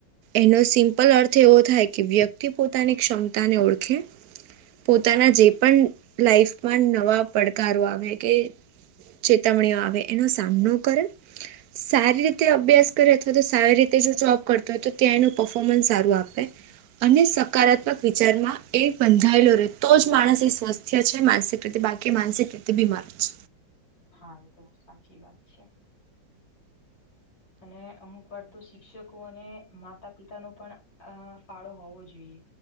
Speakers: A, on the right; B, on the left.
A: એનો સિમ્પલ અર્થ એવો થાય કે વ્યક્તિ પોતાની ક્ષમતાને ઓળખે પોતાના જે પણ લાઈફમાં નવા પડકારો આવે કે ચેતવણીઓ આવે એનો સામનો કરે સારી રીતે અભ્યાસ કરે અથવા તો સારી રીતે જો જોબ કરતો હોય તો કે એનું પર્ફોર્મન્સ સારું આપે અને સકારાત્મક વિચારમાં એ બંધાયેલો રહે તો જ માણસ એ સ્વસ્થ છે માનસિક રીતે બાકી માનસિક રીતે બીમાર છે
B: હા એ તો સાચી વાત છે અને અમુક વાર તો શિક્ષકો અને માતા પિતા ન પણ અ ફાળો હોવો જોઈએ